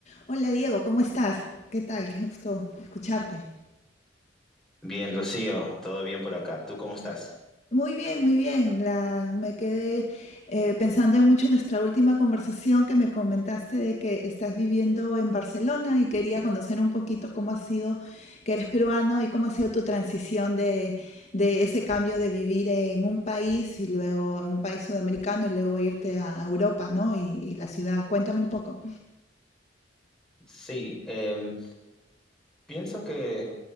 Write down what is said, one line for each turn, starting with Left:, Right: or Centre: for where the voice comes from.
Left: Hola Diego, ¿cómo estás? ¿Qué tal? Qué gusto escucharte.
Centre: Bien, Rocío, todo bien por acá. ¿Tú cómo estás?
Left: Muy bien, muy bien. La, me quedé eh, pensando en mucho nuestra última conversación que me comentaste de que estás viviendo en Barcelona y quería conocer un poquito cómo ha sido, que eres peruano y cómo ha sido tu transición de, de ese cambio de vivir en un país y luego en un país sudamericano y luego irte a Europa, ¿no? Y, y la ciudad. Cuéntame un poco.
Centre: Sí, em, pienso que,